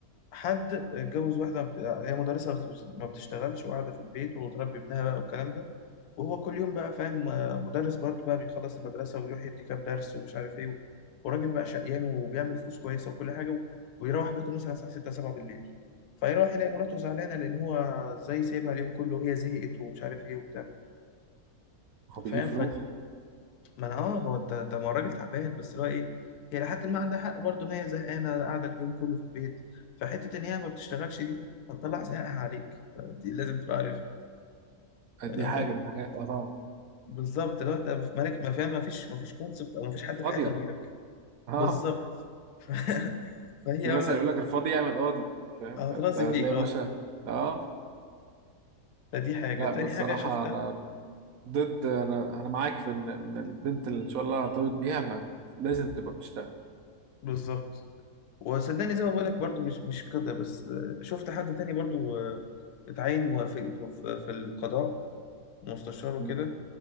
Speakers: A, on the left; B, on the right.
A: حد اتجوز واحده ما بت- هي مدرسه بس- ما بتشتغلش وقاعده في البيت وتربي ابنها بقى والكلام ده وهو كل يوم بقى فاهم آه، مدرس برضه بقى بيخلص المدرسة ويروح يدي كام درس ومش عارف ايه وراجل بقى شقيان وبيعمل فلوس كويسة وكل حاجة و- ويروح بيته مثلا الساعة 6 7 بالليل فيروح يلاقي مراته زعلانة لأن هو ازاي سايبها اليوم كله وهي زهقت ومش عارف ايه وبتاع
B: هو بيجيب
A: فاهم
B: فلوس
A: ف ما انا اه هو انت ده ما هو الراجل تعبان بس اللي هو ايه هي لحد ما عندها حق برضه ان هي زهقانة قاعدة اليوم كله في البيت فحتة ان هي ما بتشتغلش دي هتطلع زهقها عليك فدي لازم تبقى
B: قد
A: عارفها
B: ايه حاجه من الحاجات اه طبعا
A: بالظبط لو انت في مالك ما فيها ما فيش ما فيش كونسبت او ما فيش حد
B: فاضيه
A: في حياتها غيرك
B: <laughs> اه
A: بالظبط <laughs> فهي
B: في مثل يقول لك الفاضي يعمل قاضي فاهم
A: هترازي
B: فانت هتلاقي
A: فيك اه
B: يا باشا اه
A: فدي حاجه
B: لا
A: تاني
B: بصراحه
A: حاجه شفتها
B: انا ضد انا انا معاك في ان ان البنت اللي ان شاء الله ارتبط بيها ما لازم تبقى بتشتغل
A: بالظبط وصدقني زي ما بقول لك برضو مش مش كده بس آه، شفت حد تاني برضو آه، اتعين مو- في في, في القضاء مستشار وكده
B: مم.